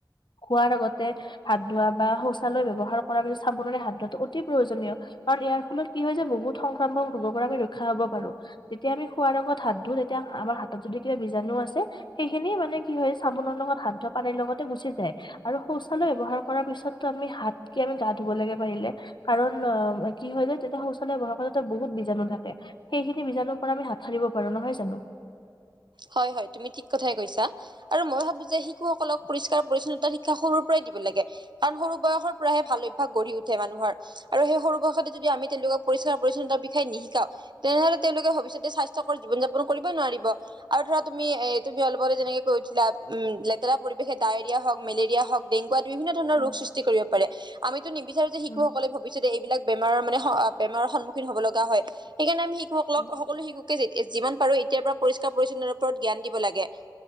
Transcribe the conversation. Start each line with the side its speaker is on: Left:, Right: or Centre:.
Left: খোৱাৰ আগতে- হাত ধোৱা বা শৌচালয় ব্যৱহাৰ কৰাৰ পিছত চাবোনেৰে হাত ধোৱাটো অতি প্ৰয়োজনীয়। কাৰণ ইয়াৰ ফলত কি হয় যে বহুত সংক্ৰামক ৰোগৰ পৰা আমি ৰক্ষা হব পাৰো। যেতিয়া আমি খোৱাৰ আগত লগত হাত ধুওঁ তেতিয়া আমাৰ হাতত যদি কিবা বীজাণু আছে সেইখিনি মানে- কি হয় চাবোনৰ লগত হান ধোৱা পানীৰ লগতে গুচি যায়। আৰু শৌচালয় ব্যৱহাৰ কৰাৰ পিছতো আমি হাতকে আমি গা ধুব লাগে পাৰিলে। কাৰণ অ কি হয় যে তেতিয়া শৌচালয় বহাৰ ফালতে বহুত বীজাণু থাকে। সেইখিনি বজাণুৰ পৰা আমি হাত সাৰিব পাৰো নহয় জানো?
Right: হয় হয় তুমি ঠিক কথাই কৈছা আৰু মই ভাবো যে শিশুসকলক পৰিস্কাৰ- পৰিচ্ছন্নতা শিক্ষা সৰুৰে পৰাই দিব লাগে কাৰণ সৰু বয়সৰ পৰাহে ভাল অভ্যাস গঢ়ি উঠে মানুহৰ। আৰু সেই সৰু বয়সৰতে যদি আমি তেওঁলোকক পৰিষ্কাৰ পৰিচ্ছন্নাৰ বিষয়ে নিশিকাও- তেনেহলে তেওঁলোকে ভৱিষ্যতে স্বাস্থ্যকৰ জীৱন যাপন কৰিব নোৱাৰিব। আৰু ধৰা তুমি এ তুমি অলপতে যেনেকে কৈ উঠাম লেতেৰা পৰিবেশে ডায়েৰিয়া হওক মেলেৰিয়া হওক- ডেংগুাত বিভিন্ন ধৰণৰ
Left: উম
Right: ৰোগ সৃষ্টি কৰিব পাৰে আমিতো নিবিচাৰো যে শিশুসকলে
Left: উম
Right: ভৱিষ্যতে এইবিলাক- বেমাৰৰ মানে বমাৰৰ সন্মুখীন হ'ব লগা হয় সেইকাৰণে আমি শিশুকলক
Left: উম
Right: সকলো শিশু- যিমান পাৰো এতিাৰ পৰা পৰিষ্কাৰ পৰিচ্ছন্ন ওৰত জ্ঞান দিব লাগে।